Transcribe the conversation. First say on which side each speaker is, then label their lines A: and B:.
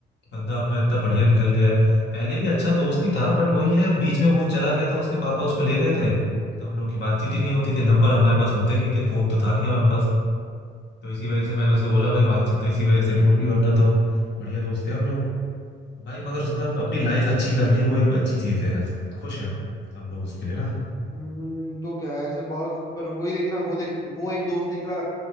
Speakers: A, on the left; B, on the left.
A: बंदा अपना इतना बढ़िया निकल गया है पहले भी अच्छा दोस्त ही था बट वही है बीच में वो चला गया था उसके पापा उसको ले गए थे तो हम लोगों की बातचीत ही नहीं होती थी नंबर हमारे पास होते नहीं थे फोन तो था नहीं हमारे पास तो इसी
B: हम्म
A: वजह से मैंने उसे बोला भाई बातचीत तो इसी वजह से टूट गई वरना तो बढ़िया दोस्त थे हम लोग भाई मगर उसने अपनी
B: हम्म
A: लाइफ अच्छी कर ली वो एक अच्छी चीज है यार खुश है हम लोग उसके लिए ना
B: हम्म, तो क्या है ऐसे बहुत पर वही देखना वो देख वो एक दोस्त निकला